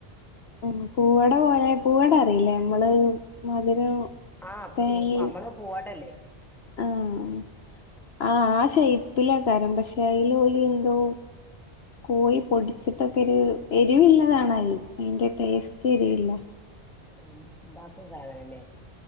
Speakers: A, on the left; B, in the centre.
A: ഹ്മ്മ്, പൂവടെ പോലെ പൂവട അറില്ലേ നമ്മള് മധുരം
B: ആഹ്, പൂ
A: തേങ്ങയും
B: നമ്മള പൂവടല്ലേ <inaudible>
A: ആഹ് ആഹ് ആ ഷെയ്പ്പിലക്കാരം പക്ഷെ അയില് ഓല് എന്തോ കോഴി പൊടിച്ചിട്ടൊക്കൊര്, എരിവില്ലതാണത്. അയിന്റെ ടേസ്റ്റ് എരിവല്ല.
B: ഹ്മ്മ്, ബാക്കി <unintelligible>